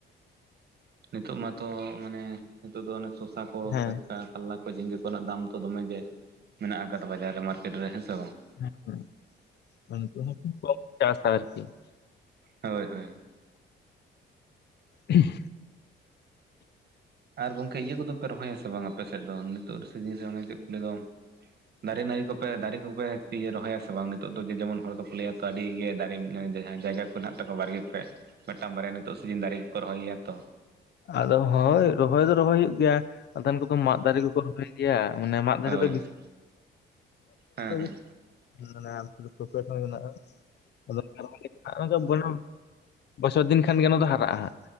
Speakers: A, on the right; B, on the left.
A: ᱱᱤᱛᱚᱜ ᱢᱟᱛᱚ ᱢᱟᱱᱮ ᱱᱤᱛᱚᱜ ᱫᱚ ᱚᱱᱮ ᱥᱚᱥᱟᱠᱚ
B: ᱦᱮᱸ
A: ᱥᱮᱠᱴᱟᱴ ᱠᱟᱨᱞᱟ ᱠᱚ ᱡᱷᱤᱸᱜᱟᱹ ᱠᱚᱨᱮᱱᱟᱜ ᱫᱟᱢ ᱛᱚ ᱫᱚᱢᱮ ᱜᱮ ᱢᱮᱱᱟᱜ ᱟᱠᱟᱫᱟ ᱵᱟᱡᱟᱨ ᱨᱮ ᱢᱟᱨᱠᱮᱴ ᱨᱮ ᱦᱮᱸ ᱥᱮ ᱵᱟᱝ
B: <unintelligible> ᱪᱟᱥᱟ ᱟᱨᱠᱤ <inaudible>
A: ᱦᱳᱭ ᱦᱳᱭ
B: <unintelligible>
A: ᱟᱨ ᱜᱚᱝᱠᱮ ᱤᱭᱟᱹ ᱠᱚᱫᱚᱯᱮ ᱨᱚᱦᱚᱭᱟᱥᱮ ᱵᱟᱝ ᱟᱯᱮ ᱥᱮᱫ ᱫᱚ ᱱᱤᱛᱚᱜ ᱥᱤᱡᱤᱱ ᱨᱮ ᱚᱱᱮ ᱪᱮᱫ ᱠᱚ ᱞᱟᱹᱭ ᱫᱚ ᱫᱟᱨᱮ ᱱᱟᱹᱲᱤ ᱠᱚᱯᱮ ᱫᱟᱨᱮ ᱠᱚᱯᱮ ᱤᱭᱟ ᱨᱚᱦᱚᱭᱟᱥᱮ ᱵᱟᱝ ᱱᱤᱛᱚᱜ ᱫᱚ ᱡᱮ ᱡᱮᱢᱚᱱ ᱦᱚᱲ ᱫᱚᱠᱚ ᱞᱟᱹᱭᱟ ᱛᱚ ᱟᱹᱰᱤ ᱜᱮ <unintelligible> ᱡᱟᱦᱟᱸ ᱡᱟᱭᱜᱟ ᱠᱚ ᱦᱮᱱᱟᱜ ᱛᱟᱠᱚᱣᱟ ᱵᱟᱲᱜᱮ ᱠᱚᱨᱮ ᱢᱤᱫᱴᱟᱝ ᱵᱟᱨᱭᱟ ᱱᱤᱛᱚᱜ ᱥᱤᱡᱤᱱ ᱫᱟᱨᱮ ᱠᱚᱠᱚ ᱨᱚᱦᱚᱭ ᱜᱮᱭᱟ ᱛᱚ
B: ᱟᱫᱚ ᱦᱳᱭ ᱨᱚᱦᱚᱭ ᱫᱚ ᱨᱚᱦᱚᱭ ᱦᱩᱭᱩᱜ ᱜᱮᱭᱟ ᱟᱫᱷᱟᱱ ᱠᱚᱫᱚ ᱢᱟᱫ ᱫᱟᱨᱮ ᱠᱚᱠᱚ ᱨᱚᱦᱚᱭ ᱜᱮᱭᱟ ᱢᱟᱱᱮ ᱢᱟᱟᱜ ᱫᱷᱟᱨᱮ
A: ᱦᱳᱭ
B: ᱫᱚ
A: ᱦᱳᱭ ᱦᱮᱸ ᱦᱮᱸ
B: <unintelligible> <unintelligible> ᱵᱚᱪᱷᱚᱨ ᱫᱤᱱ ᱠᱷᱟᱱ ᱜᱮ ᱚᱱᱟ ᱫᱚ ᱦᱟᱨᱟᱜᱼᱟ ᱦᱟᱸᱜ